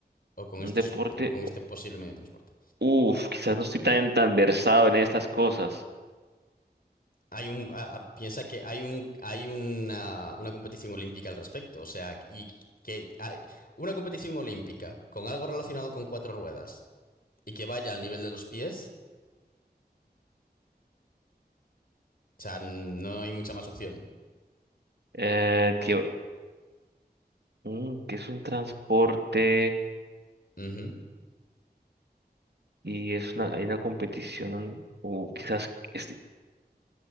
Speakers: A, on the left; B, on the right.
A: O con este,
B: Un deporte.
A: sup- o con este posible medio de transporte.
B: Uf, quizás no estoy tan, tan versado en estas cosas.
A: Hay un, a- a- piensa que hay un, hay una, una competición olímpica al respecto, o sea, y que hay una competición olímpica con algo relacionado con cuatro ruedas y que vaya al nivel de los pies, o sea, no hay mucha más opción.
B: Eh, que, mm, que es un transporte
A: Ujú.
B: y es una, hay una competición. O quizás estoy,